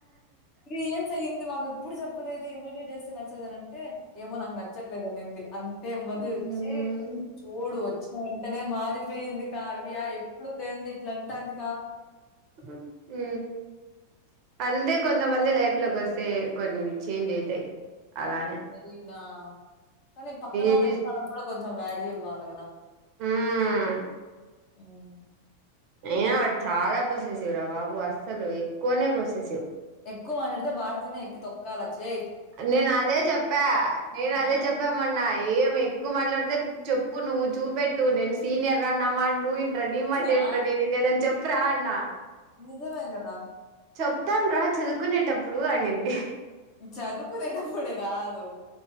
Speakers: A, on the left; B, on the right.
A: త్రీ ఇయర్స్ అయంది మాకు ఎప్పుడు చెప్పలేదు ఇమీడిట్ చేస్తే. చెదరని. అంటే ఏమో నాకు నచ్చట్లేదు అనింది అంతే మధు
B: ఉమ్
A: వచ్చి చూడు వచ్చిన వెంటనే మారి పెంది కావ్య ఎప్పుడు లేంది లంటంది
B: ఉమ్ అందే కొంత మంది లైఫ్ లో కోస్ తే కొన్ని చేంజ్ అయితై అలానే
A: మరి నా కనీ పక్కనోళ్ల
B: ఇది
A: ఇష్టాలకు కూడా కొంచెం వాల్యూ ఇవ్వాల కదా
B: ఉమ్
A: ఉమ్
B: అయినా వాడు చాలా పోసేసివురా బాబు అస్సలు ఎక్కువనే పోసేసివ్
A: ఎక్కు మాట్లాడితే భారతి నే ఎక్కి తొక్కాలచ్చే
B: నేను అదే చెప్పా నేను
A: ఆ!
B: అదే చెప్పామన్న ఏం ఎక్కువ మాట్లాడితే చె ప్పు నువ్వు చూపెట్టు నేను సీనియర్ నా మాట నువ్వు ఇన్రా నీ మాట
A: ఆ!
B: ఏంట్రా నేను ఇనేది అని చే ప్రాణ
A: నిజమే కదా
B: చెప్తాను రా చదువుకునేటప్పుడు అనింది
A: చదువుకోని ఇడ ప్పుడ కాదు